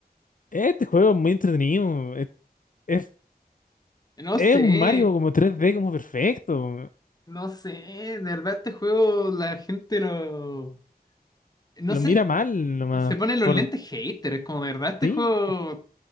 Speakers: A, on the left; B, on the left.
A: Este juego es muy entretenido. Es, es,
B: No
A: es
B: sé.
A: un Mario como tres d como perfecto.
B: No sé, de verdad este juego la gente lo... No
A: Lo
B: sé,
A: mira mal nomás.
B: se ponen los
A: Por,
B: lentes hater, es como de verdad este
A: sí,
B: juego